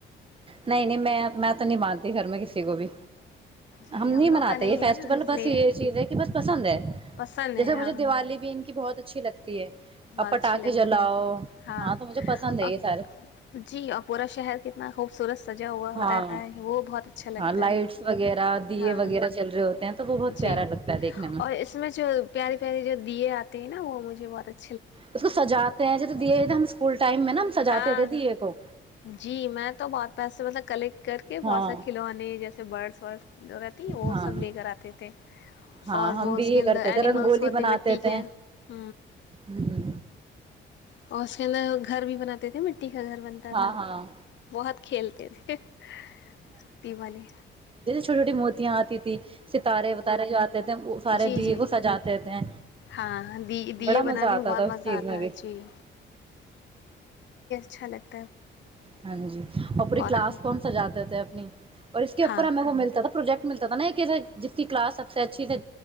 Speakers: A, on the right; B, on the left.
A: نہیں نہیں میں میں تو نہیں باندتا گھر میں کسی کو بھی
B: جی
A: ہم نہیں
B: لوگ
A: مناتے
B: کا نہیں
A: یہ فیسٹیول
B: ہے نا اس
A: بس
B: لیے
A: یہ چیز ہے کہ بس پسند ہے
B: پسند
A: جیسے
B: ہے ہاں
A: مجھے دیوالی بھی ان کی بہت اچھی لگتا
B: بہت
A: اب پٹاخے
B: اچھی لگتی
A: جلاؤ
B: ہے
A: ہاں تو مجھے پسند ہے
B: اور
A: اس
B: جی اور پورا شہر کتنا خوبصورت سجا ہوا
A: ہاں
B: رہتا ہے وہ بہت اچھا لگتا
A: ہاں لائٹس
B: ہے
A: وغیرہ دیے
B: ہاں
A: وغیرہ جل رہے ہوتے ہیں تو وہ بہت
B: جی
A: پیارا لگتا ہے دیکھنے
B: اور اس میں جو پیاریے پیاری جو دیے آتے ہیں نا وہ مجھے بہت اچھا
A: اس کو سجاتے ہیں جیسے دیے ہم اسکول ٹائم میں نا سجاتے
B: ہاں
A: تھے دیے کو
B: جی میں تو بہت پیسے مطلب کلیکٹ کر کے
A: ہاں
B: بہت سارے کھلونے جیسے برڈسورڈس جو رہتی وہ
A: ہاں
B: سب لے کر آتے تھے
A: ہاں
B: اور
A: ہم
B: وہ
A: بھی
B: اس کے
A: یہ
B: اندر
A: کرتے
B: اینیملس
A: تھے رنگولی
B: ہوتے
A: بناتے
B: مٹی کے
A: تھے
B: ہ
A: ہ
B: غور سے اپ گھر بھی بنے تھے م پٹی کا گھر بنتا
A: ہاں
B: تھا
A: ہاں
B: بہت کھیلتے تھےتی والی
A: چوٹی چوٹی متیا آتی ہیں ستارے وتارے جاتے تھے وہ سارے
B: جی
A: دیے
B: جی
A: کو سجاتے تھے
B: ہاں دی دیے
A: بڑا
B: بنانے
A: مزہ آتا
B: میں بہت
A: تھا
B: مزہ
A: اس چیز
B: آتا
A: میں
B: ہے
A: بھی
B: جی چھلک
A: ہاں جی اور پوری کلاس
B: ہم
A: کون سجاتے تھے اپنی اور اس کے اوپر
B: ہاں
A: ہمیں وہ ملتا تھا پروجیکٹ ملتا تھا نا کہ جتنی کلاس سب سے اچھی تھی